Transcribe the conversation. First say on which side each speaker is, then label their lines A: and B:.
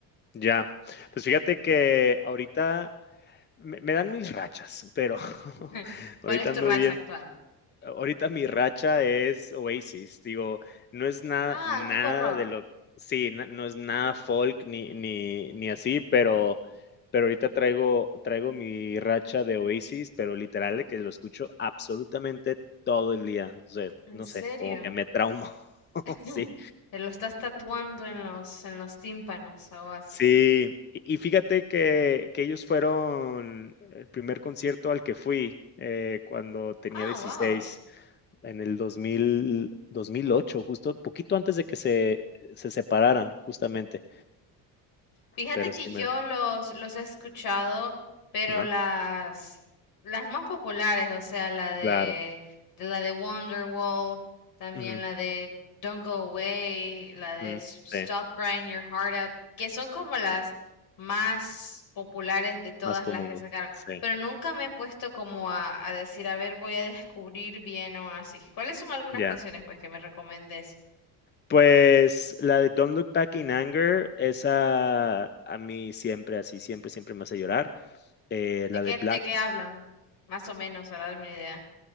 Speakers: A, on the left; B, on the left.
A: ya. Pues fíjate que ahorita me, me dan mis rachas, pero <laughs>
B: <laughs>
A: ahorita
B: ¿Cuál es tu
A: ando
B: racha
A: bien.
B: actual?
A: Ahorita mi racha es Oasis. Digo, no es nada,
B: Ah,
A: nada
B: tipo rock.
A: de lo. Sí, na- no, es nada folk ni, ni, ni así, pero, pero ahorita traigo, traigo mi racha de Oasis, pero literal de que lo escucho absolutamente todo el día. O sea,
B: ¿En
A: no
B: serio?
A: sé, como que me traumo. <laughs>
B: <gasps> <laughs>
A: Sí.
B: Te lo estás tatuando en los, en los tímpanos, a Oasis.
A: Sí, y y fíjate que que ellos fueron el primer concierto al que fui, eh, cuando tenía
B: Ah,
A: dieciséis
B: wow.
A: en el dos dos mil dos mil ocho justo poquito antes de que se se separaran, justamente,
B: Fíjate
A: pero
B: que
A: sí me
B: yo los, los he escuchado, pero
A: ajá,
B: las, las más populares, o sea, la de,
A: claro,
B: de la de Wonderwall, también
A: ujú,
B: la de Don't Go Away, la de
A: mm,
B: S- Stop
A: sí,
B: Crying Your Heart Out, que son como las más populares de todas
A: más comunes,
B: las que sacaron.
A: sí,
B: Pero nunca me he puesto como a, a decir, a ver, voy a descubrir bien o así. ¿Cuáles son algunas
A: ya.
B: canciones pues que me recomendes?
A: Pues, la de Don't Look Back in Anger, esa a mí siempre así, siempre, siempre me hace llorar, eh, la
B: ¿De qué,
A: de Black
B: de qué hablan? Más o menos, para darme una idea.